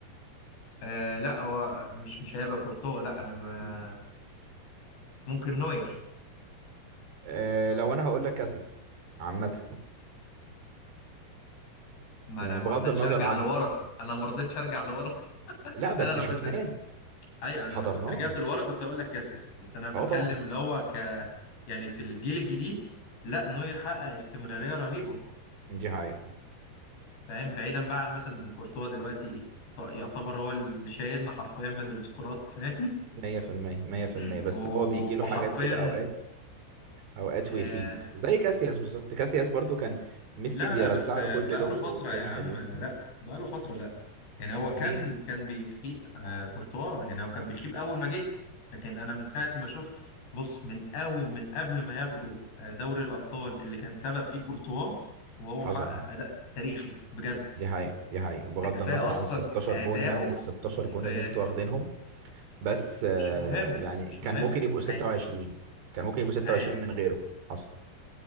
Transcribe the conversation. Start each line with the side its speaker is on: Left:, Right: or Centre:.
Left: آه لا هو مش مش هيبقى كورتوا لا انا ب...
Right: امم
Left: ممكن نوير
Right: أه لو انا هقول لك كاسياس عامه
Left: ما
Right: يعني
Left: انا ما
Right: بغض
Left: رضيتش
Right: النظر
Left: ارجع
Right: عن
Left: لورا انا ما رضيتش ارجع لورا <laughs>
Right: لا بس
Left: انا لو
Right: شفناه
Left: كنت ايوه انا
Right: حضرناه
Left: لو كنت رجعت لورا كنت اقول لك كاسيس بس انا بتكلم
Right: اه طبعا
Left: اللي هو ك يعني في الجيل الجديد لا نوير حقق استمرارية رهيبة
Right: دي حقيقة
Left: فاهم بعيدا بقى عن مثلا ان كورتوا دلوقتي ط- يعتبر هو اللي شايلنا حرفيا من الاسكورات فاهم
Right: مية في المية مية في
Left: <laughs>
Right: المية بس
Left: و-
Right: هو بيجي له
Left: وحرفيا
Right: حاجات كده أوقات أوقات
Left: آه
Right: ويخيب زي كاسياس بالظبط كاسياس برضو كان ميسي
Left: لا
Right: بيرزع
Left: لا بس آه،
Right: له كل
Left: بقاله
Right: لوب
Left: فترة
Right: والتاني
Left: يا عم
Right: حلوين
Left: آه، لا بقاله فترة لا يعني هو كان
Right: مين
Left: كان بيخيب آه كورتوا يعني هو كان بيخيب أول ما جه لكن أنا من ساعة ما شفت بص من أول من قبل ما ياخدوا آه، دوري الأبطال اللي كان سبب فيه كورتوا وهو محقق
Right: حصل
Left: أداء تاريخي بجد
Right: دي حقيقة دي حقيقة بغض
Left: ده كفاية
Right: النظر
Left: أصلا
Right: عن ال 16
Left: أداؤه
Right: جون يعني ال 16
Left: في
Right: جون اللي انتوا واخدينهم بس
Left: مش
Right: آه،
Left: مهم
Right: يعني
Left: مش
Right: كان
Left: مهم
Right: ممكن يبقوا 26
Left: عادي
Right: كان ممكن يبقوا 26
Left: عادي
Right: من غيره حصل